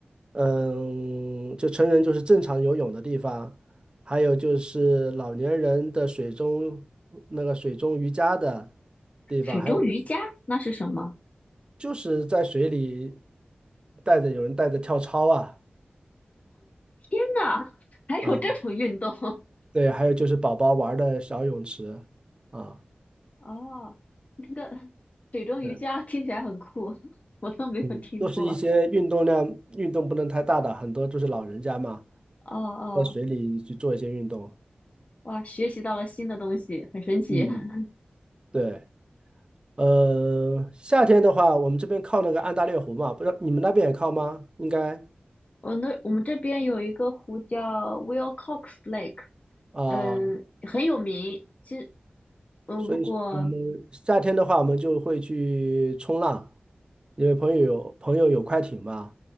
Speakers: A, on the right (about 25°); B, on the left (about 40°).
A: 嗯，就成人就是正常游泳的地方，还有就是老年人的水中那个水中瑜伽的地方，
B: 水中瑜伽那是什么？
A: 还有就是在水里带着有人带着跳操啊
B: 天呐，<laughs> 还有这种运动？
A: 啊，
B: <laughs>
A: 对，还有就是宝宝玩儿的小泳池啊。
B: 哦，那个水中瑜伽听起来很酷，
A: 对。
B: <laughs> 我都没有听过。
A: 嗯，都是一些运动量，运动不能太大的，很多就是老人家嘛，
B: 哦哦
A: 在水里去做一些运动。
B: 哇，学习到了新的东西，很神奇。
A: 嗯，
B: <laughs>
A: 对，呃，夏天的话，我们这边靠那个安大略湖嘛，不知道你们那边也靠吗？应该
B: 我那我们这边有一个湖叫 Wilcox Lake，
A: 啊，
B: 嗯，很有名。其实，嗯，
A: 所以我们夏天的话，
B: 如果
A: 我们就会去冲浪，因为朋友有朋友有快艇嘛，